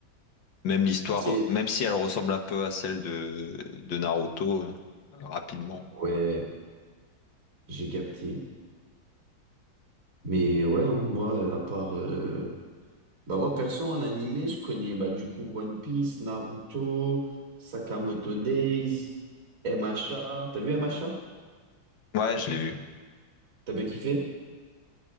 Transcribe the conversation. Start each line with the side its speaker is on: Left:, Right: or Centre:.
Left: même l'histoire,
Right: C'est.
Left: même si elle ressemble un peu à celle de, de Naruto, euh, rapidement.
Right: Ouais, j'ai capté. Mais ouais, hein, moi, euh, à part. euh, Bah, moi, perso, en animé, je connais bah, du coup One Piece, Naruto, Sakamoto Days, MHA. T'as vu MHA?
Left: Ouais, je l'ai vu.
Right: T'as pas kiffé?